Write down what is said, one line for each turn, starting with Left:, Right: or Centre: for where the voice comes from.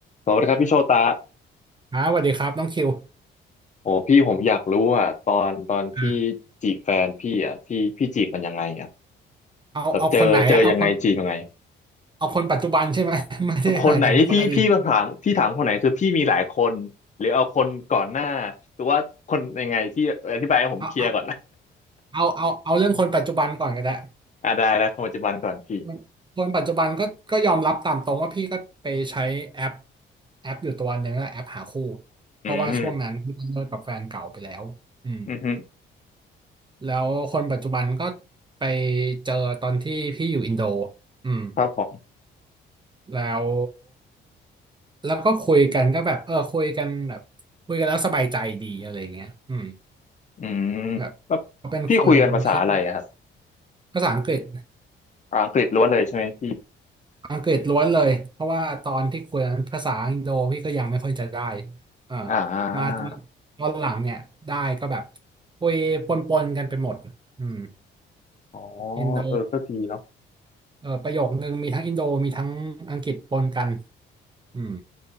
Left: สวัสดีครับพี่โชตะ
Right: อ่าสวัสดีครับน้องคิว
Left: โอ้พี่ผมอยากรู้อ่ะตอนตอนพี่
Right: อ่า
Left: จีบแฟนพี่อ่ะพี่พี่จีบมันยังไงอ่ะ
Right: เอาเอาคนไหนอะเอาคน
Left: แบบเจอเจอยังไงจีบยังไง
Right: เอาคนปัจจุบันใช่ไหม <laughs> ไม่ได้หมายถึงคนอดีต
Left: คนไหนที่พี่พี่มาถามพี่ถามคนไหนคือพี่มีหลายคนหรือเอาคนก่อนหน้าหรือว่าคนยังไงพี่อธิบายให้ผมเคลียร์ก่อน
Right: เอาเอาเอาเอาเอาเรื่องคนปัจจุบันก่อนก็ได้
Left: <laughs> อ่าได้แล้วคนปัจจุบันก่อนพี่
Right: คนคนปัจจุบันก็ก็ยอมรับตามตรงว่าพี่ก็ไปใช้แอปแอปอยู่ตัวหนึ่งอะแอปหาคู่เพราะว่าช่วงนั้นพี่เลิกกับแฟนเก่าไปแล้วอืม
Left: อืมอืมฮึ
Right: แล้วคนปัจจุบันก็ไปเจอตอนที่พี่อยู่อินโดอืม
Left: ครับผม
Right: แล้วแล้วก็คุยกันก็แบบเออคุยกันแบบคุยกันแล้วสบายใจดีอะไรเงี้ยอืม
Left: อืม
Right: แบบเขาเป็นคนที่
Left: แล้วพี่คุยกันภาษาอะไรอะครับ
Right: ภาษาอังกฤษ
Left: อังกฤษล้วนเลยใช่ไหมพี่
Right: อังกฤษล้วนเลยเพราะว่าตอนที่คุยนั้นภาษาอินโดพี่ก็ยังไม่ค่อยจะได้เอ่อ
Left: อ่า
Right: มาตอนหลังเนี่ยได้ก็แบบคุยปนๆกันไปหมดอืม
Left: อ๋อ
Right: อินโด
Left: เออก็ดีเนาะ
Right: เอ่อประโยคนึงมีทั้งอินโดมีทั้งอังกฤษปนกันอืม